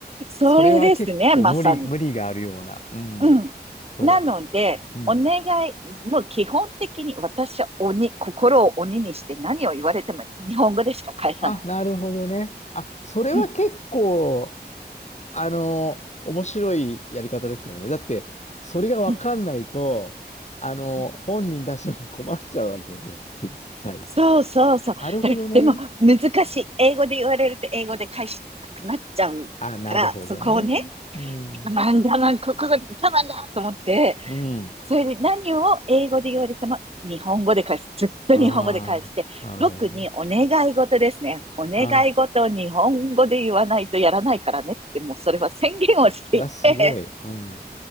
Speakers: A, on the right; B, on the left.
A: それですね、
B: それは結構無理、
A: まさに。
B: 無理があるような。うん。
A: うん。
B: そ
A: なので、
B: う。うん。
A: お願い、もう基本的に私は鬼、心を鬼にして何を言われても日本語でしか返さない。
B: あ、なるほどね。あ、それは結構、
A: うん、
B: あの、面白いやり方ですよね。だって、それがわかんないと、
A: うん、
B: あの、
A: うん。
B: 本人たちも困っちゃうわけでっていう。はい。
A: そうそうそう。
B: なるほどね。
A: だからでも難しい。英語で言われると英語で返したくなっちゃうから、
B: あ、なるほどね。
A: そこをね、
B: うん。
A: なんだなん、ここが我慢だと思って、
B: うん。
A: それで何を英語で言われても日本語で返す。ずっと日本語で返して、
B: ああ、なるほどね。
A: 特にお願い事ですね。お願い事を日本語で言わないとやらないからねって、
B: あ
A: もうそれは宣言をしていて、
B: あ、わ、すごい。うん。